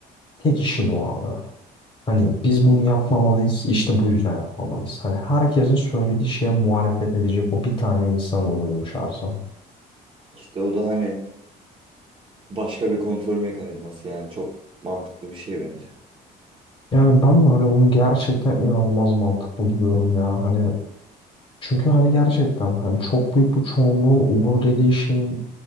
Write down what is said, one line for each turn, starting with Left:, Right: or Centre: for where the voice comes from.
Left: Tek işi bu abi. Hani biz bunu yapmamalıyız, işte bu yüzden yapmamalıyız. Hani herkesin söylediği şeye muhalefet edecek o bir tane insan oluyormuş her zaman.
Right: İşte o da hani başka bir kontrol mekanizması yani çok mantıklı bir şey bence.
Left: Yani ben de hani onu gerçekten inanılmaz mantıklı buluyorum yani hani çünkü hani gerçekten hani çok büyük bir çoğunluğun olur dediği şeyin